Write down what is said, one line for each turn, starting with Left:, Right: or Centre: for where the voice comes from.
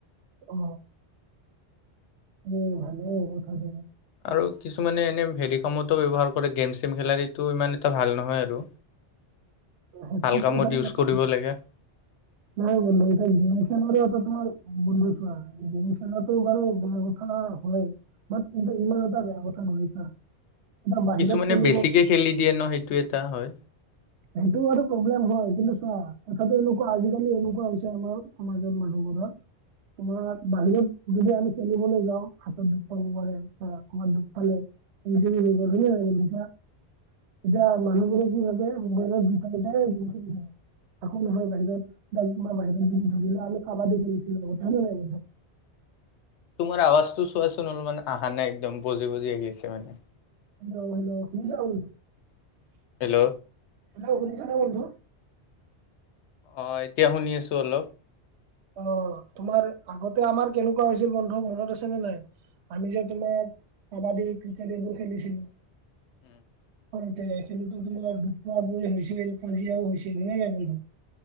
Right: অ এই ভালেই কথাটো।
Left: আৰু কিছুমানে এনে হেৰি কামতো ব্যৱহাৰ কৰে, গেম, চেম খেলাৰ সেইটো ইমান এটা ভাল নহয় আৰু।
Right: সেইটোতো
Left: ভাল কামত ইউজ
Right: বাৰু।
Left: কৰিব লাগে।
Right: হয় বন্ধু এতিয়া গেম খেলৰে এটা তোমাৰ বন্ধু চোৱা গেম খেলাটো বাৰু বেয়া কথা হয় বাত কিন্তু ইমান এটা বেয়া কথা নহয় চা এতিয়া
Left: উম
Right: বাহিৰত
Left: কিছুমানে
Right: খেলিব
Left: বেছিকে খেলি দিয়ে ন সেইটো এটা হয়।
Right: সেইটো বাৰু প্ৰব্লেম হয় কিন্তু চোৱা। কথাটো এনেকুৱা আজিকালি এনেকুৱা হৈছে, আমাৰ সমাজত মানুহবোৰৰ তোমাৰ
Left: উম,
Right: বাহিৰত যদি আমি খেলিবলৈ যাওঁ হাতত দুখ পাব পাৰে। আ কৰবাত দুখ পালে, ইনজোৰি হৈ গ'ল
Left: উম।
Right: হ'য়নে নহয় বন্ধু কোৱা এতিয়া মানুহবোৰে কি ভাবে মোবাইলত <unintelligible> একো নহয় বাহিৰত বা কোনোবা বাহিৰত যদি ধৰি লও আমি কাবাডী খেলিছিলো বুজিছ নাই বন্ধু
Left: তোমাৰ আৱাজটো চোৱাচোন অলপমান আহা নাই একদম বজি বজি আহি আছে মানে।
Right: হেল্ল' হেল্ল' শুনিছা বোলো
Left: হেল্ল'।
Right: হেল্ল ' শুনিছানে বন্ধু
Left: অ এতিয়া শুনি আছো অলপ।
Right: অ তোমাৰ আগতে আমাৰ কেনেকুৱা হৈছিল বন্ধু মনত আছেনে নাই আমি যে তোমাৰ কাবাডী ক্ৰিকেট এইবোৰ খেলিছিলো।
Left: উ'ম।
Right: সৰুতে খেলোতো কোনোবাই দুখ পোৱা পোৱি হৈছিল কাজিয়াও হৈছিল হয় নাই বন্ধু।